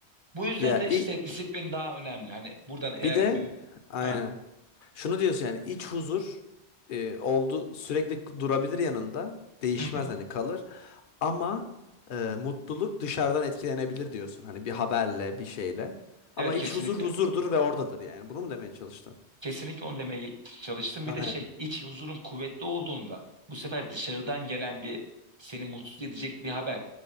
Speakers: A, on the right; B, on the left.
A: Bu yüzden
B: Ya
A: de işte
B: i-
A: disiplin daha önemli. Hani buradan
B: bir
A: eğer
B: de
A: o...
B: aynen.
A: Ha.
B: Şunu diyorsun yani iç huzur e, oldu sürekli durabilir yanında. Değişmez
A: <laughs>
B: hani kalır. Ama e, mutluluk dışarıdan etkilenebilir diyorsun. Hani bir haberle, bir şeyle.
A: Evet
B: Ama iç
A: kesinlikle.
B: huzur huzurdur ve oradadır yani. Bunu mu demeye çalıştın?
A: Kesinlikle onu demeye çalıştım.
B: Aynen.
A: Bir de şey iç huzurun kuvvetli olduğunda bu sefer dışarıdan gelen bir seni mutsuz edecek bir haber